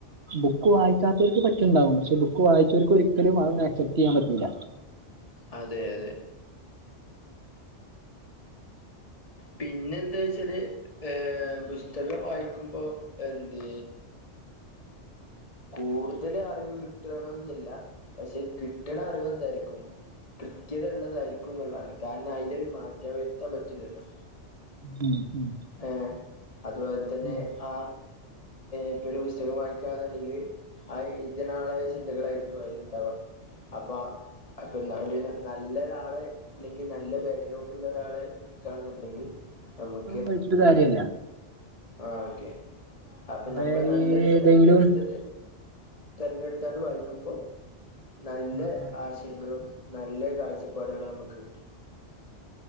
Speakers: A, on the right; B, on the left.
A: ബുക്ക് വായിക്കാത്തർക്ക് പറ്റുണ്ടാവും പക്ഷേ ബുക്ക് വായിച്ചർക്ക് ഒരിക്കലും അതന്നും ആക്സെപ്റ്റ് ചെയ്യാൻ പറ്റുല
B: അതെ അതെ പിന്നെ എന്താ വെച്ചാല് ഏ പുസ്തകം വായിക്കുമ്പോ എന്ത് കൂടുതൽ അറിവ് കിട്ടണം ന്നില്ല പക്ഷെ കിട്ടണ അറിവ് എന്തായിരിക്കും കൃത്യത ഉള്ളതായിരിക്കും ന്നുള്ളതാണ് കാരണം അതിലൊരു മാറ്റം വരുത്താൻ പറ്റൂല്ലല്ലോ
A: ഉം ഉം
B: ഏ അത് അതെ
A: ഉ
B: ആ ഇപ്പയും പുസ്തകം വായിക്കുകയാെന്നുണ്ടെങ്കിൽ ആ എഴുതിന്നാളെ ചിന്തകളായിരിക്കും അയില് ണ്ടാവാ അപ്പ അപ്പൊ ന നല്ലരാളെ അല്ലെങ്കിൽ നല്ല ബാക്ക്ഗ്രൗണ്ട ഉള്ള ഒരാളെ കാണുന്നുണ്ടെങ്കിൽ നമ്മുക്ക്
A: കഴിചിട്ട് കാര്യല്ല
B: ആ ക്കെ അപ്പൊ
A: കൊറേ
B: നമ്മൾ നല്ല
A: ഈ ഏതെങ്കിലും
B: നല്ലരു തെരഞ്ഞെടുത്തണ്ട് വായിക്കുമ്പോ നല്ല
A: ആ ആ
B: ആശയം ത് നല്ല കാഴ്ചപ്പാടുകൾ നമുക്ക് കിട്ടും